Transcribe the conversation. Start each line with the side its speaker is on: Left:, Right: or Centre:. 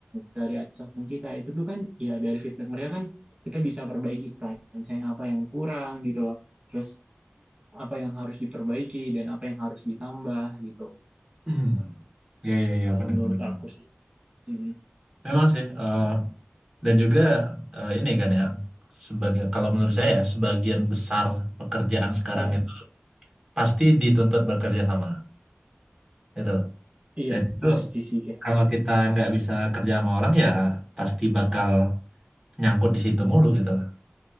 Right: dari atasan kita itu tuh kan ya dari feedback mereka kan kita bisa perbaiki kan misalnya apa yang kurang gitu loh terus apa yang harus diperbaiki dan apa yang harus ditambah gitu
Centre: <clears throat> Ya ya ya
Right: Kalau
Centre: benar
Right: menurut
Centre: benar. benar.
Right: aku sih. Mm.
Centre: Memang sih eh, dan juga eh, ini kan ya sebagai kalau menurut saya ya, sebagian besar pekerjaan sekarang
Right: Heeh.
Centre: itu pasti dituntut bekerja sama gitu loh.
Right: Iya,
Centre: Dan itu
Right: pasti sih kayak.
Centre: kalau kita nggak bisa kerja sama orang ya pasti bakal nyangkut di situ mulu gitu loh.